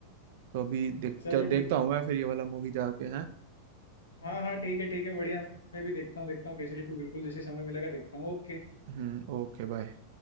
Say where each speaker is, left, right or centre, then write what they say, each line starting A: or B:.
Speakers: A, on the right (about 50°); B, on the left (about 75°).
A: तो अभी देख,
B: चलो
A: देखता
B: ठीक
A: हूँ मैं फिर ये वाला मूवी जाके हैं
B: हाँ हाँ ठीक है ठीक है बढ़िया मैं भी देखता हूँ देखता हूँ केसरी टू बिल्कुल जैसे समय मिलेगा देखता हूँ ओके
A: Hmm okay bye